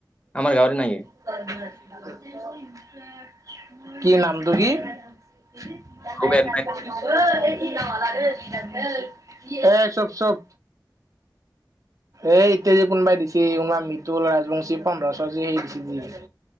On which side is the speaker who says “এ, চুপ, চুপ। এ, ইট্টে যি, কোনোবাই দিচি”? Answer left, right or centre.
Right